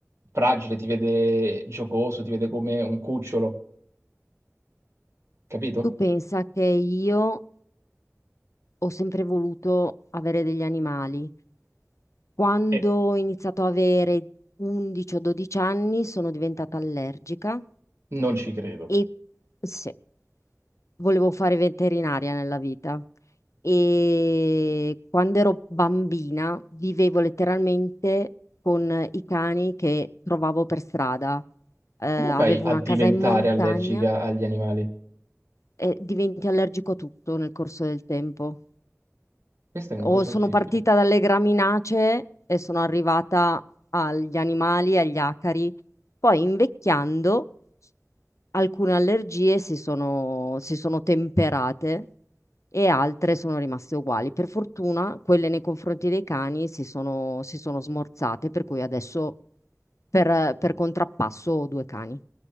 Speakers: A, on the right; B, on the left.
A: fragile, ti vede giocoso, ti vede come un cucciolo, capito?
B: Tu pensa che io ho sempre voluto avere degli animali. Quando
A: E
B: ho iniziato a avere 11 o 12 anni sono diventata allergica
A: non ci credo.
B: e se- volevo fare veterinaria nella vita. E quando ero bambina vivevo letteralmente con i cani che trovavo per strada eh, avevo
A: Come fai a
B: una
A: diventare
B: casa in montagna
A: allergica agli animali?
B: eh, diventi allergico a tutto nel corso del tempo.
A: Questa è una
B: O
A: cosa
B: sono
A: orribile.
B: partita dalle graminacee e sono arrivata agli animali, agli acari. Poi invecchiando alcune allergie si sono, si sono temperate e altre sono rimaste uguali. Per fortuna quelle nei confronti dei cani si sono, si sono smorzate, per cui adesso per, per contrappasso ho due cani.